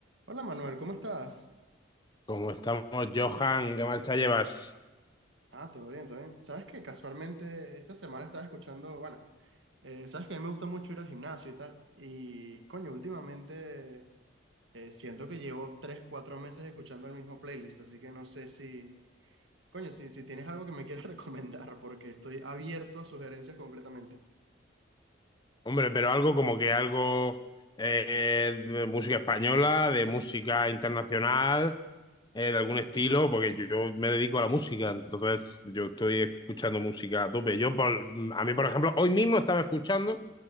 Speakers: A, on the right; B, on the left.
A: Hola Manuel, ¿cómo estás?
B: Como estamos, Johan, ¿qué marcha llevas?
A: Ah, todo bien, todo bien. Sabes que casualmente esta semana estaba escuchando, bueno, eh, sabes que a mí me gusta mucho ir al gimnasio y tal, y coño, últimamente eh, siento que llevo 3, 4 meses escuchando el mismo playlist, así que no sé si, coño, si, si tienes algo que me quieras <laughs> recomendar, porque estoy abierto a sugerencias completamente.
B: Hombre, pero algo como que algo eh, de música española, de música internacional, eh, de algún estilo, porque yo yo me dedico a la música, entonces yo estoy escuchando música a tope. Yo, por- a mí, por ejemplo, hoy mismo estaba escuchando,